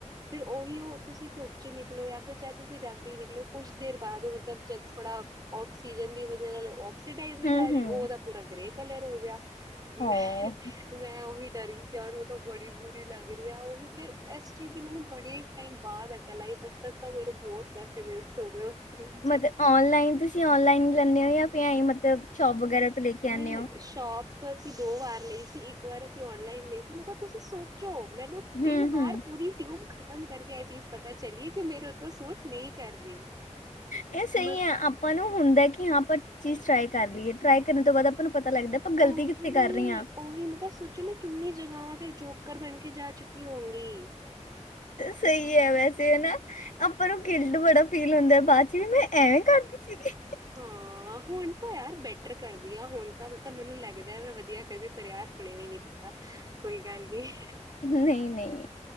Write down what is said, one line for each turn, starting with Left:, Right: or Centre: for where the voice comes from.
Right: ਤੇ ਉਹੀ ਉਹ ਤੁਸੀਂ ਧੁੱਪ ਤੇ ਨਿਕਲੋ, ਜਾਂ ਫਿਰ ਚਾਹੇ ਤੁਸੀਂ ਰਾਤੀ ਨਿਕਲੋ, ਕੁਛ ਦੇਰ ਬਾਅਦ ਉਹ ਮਤਲਬ ਜਦ ਥੋੜ੍ਹਾ ਔਕਸੀਜਨ ਦੀ ਵਜ੍ਹਾ ਨਾਲ ਆਕਸੀਡਾਈਜ ਹੋਇ
Left: ਹਮ
Right: ਜਾ ਰਹੀ
Left: ਹਮ
Right: ਉਹ ਉਦਾ ਪੂਰਾ ਗਰੇ ਕਲਰ ਹੋ ਗਿਆ। ਮੈਂ,
Left: ਹੋ
Right: ਮੈਂ ਉਵੀ ਡਰ ਗਈ। ਯਾਰ ਓਹ ਬੜੀ ਬੁਰੀ ਲੱਗ ਰਹੀ ਆ, ਉਹੀ ਤੇ ਇਸ ਚੀਜ਼ ਦੀ ਮੈਨੂੰ ਬੜੇ ਟਾਈਮ ਬਾਅਦ ਅਕਲ ਆਈ ਤਦ-ਤੱਕ ਤਾਂ ਮੇਰੇ ਬਹੁਤ ਪੈਸੇ ਵੇਸਟ ਹੋ ਗਏ ਉਸ ਕਰੀਮ ਚ।
Left: ਮਤਲਬ ਔਨਲਾਈਨ ਤੁਸੀਂ ਔਨਲਾਈਨ ਲੈਂਨੇ ਹੋ ਜਾਂ ਏ ਮਤਲਬ ਸ਼ੋਪ ਵਗੈਰਾ। ਤੋਂ ਲੈ ਕੇ
Right: ਨਹੀਂ-ਨਹੀਂ,
Left: ਆਉਂਦੇ ਹੋ
Right: ਸ਼ੋਪ ਤੋ ਅਸੀਂ ਦੋ ਵਾਰ ਲਈ ਸੀ, ਇੱਕ ਵਾਰ ਅਸੀਂ ਔਨਲਾਈਨ ਲਈ ਸੀ ਮਤਲਬ ਤੁਸੀਂ ਸੋਚ ਮੈਨੂੰ ਤਿੰਨ
Left: ਹਮ
Right: ਵਾਰ
Left: ਹਮ
Right: ਪੂਰੀ ਤਯੁਬ ਖ ਖ਼ਤਮ ਕਰਕੇ ਇਹ ਚੀਜ਼ ਪਤਾ ਚਲੀਏ ਕਿ ਮੇਰੇ ਤਾਂ ਸੂਟ ਨਹੀਂ ਕਰ ਰਹੀ
Left: ਇਹ ਸਹੀ
Right: ਮ
Left: ਹੈ ਆਪਾਂ ਨੂੰ ਹੁੰਦਾ ਕਿ ਹਾਂ ਪਰ ਚੀਜ਼ ਟ੍ਰਾਈ ਕਰ ਲਈਏ, ਟਰਾਈ ਕਰਨ ਤੋਂ ਬਾਅਦ ਆਪਾਂ ਨੂੰ ਪਤਾ ਲੱਗਦਾ ਆਪਾਂ ਗਲਤੀ
Right: ਉਹੀ
Left: ਕਿੱਥੇ ਕਰ ਰਹੇ ਹਾਂ।
Right: ਉਹੀ ਮਤਲਬ ਸੋਚੋ ਮੈਂ ਕਿੰਨੀ ਜਗ੍ਹਾਵਾਂ ਤੇ ਜੋਕਰ ਬਣ ਕੇ ਜਾ ਚੁੱਕੀ ਹੋਊਂਗੀ
Left: ਸਹੀ ਹੈ, ਵੈਸੇ ਹਨ ਨਾ ਆਪਾਂ ਨੂੰ ਕਿਲਡ ਬੜਾ ਫੀਲ ਹੁੰਦਾ ਬਾਦ ਚ ਵੀ ਮੈਂ ਐਵੇਂ ਕਰਦੀ ਸੀਗੀ
Right: ਹਾਂ, ਹੁਣ ਤ ਯਾਰ ਬੈਠ ਟਰ ਕਰਦੀ ਹਾਂ ਹੁਣ ਤਾ ਮਤਲਬ ਮੈਨੂੰ ਲੱਗਦਾ ਹੈ ਮੈਂ ਵਧੀਆ ਕਰਦੀ ਪਰ ਯਾਰ ਹੁਣੇ ਵੀ ਨਹੀਂ ਪਤਾ ਕੋਈ ਗੱਲ ਨਹੀਂ।
Left: ਨਹੀਂ-ਨਹੀਂ,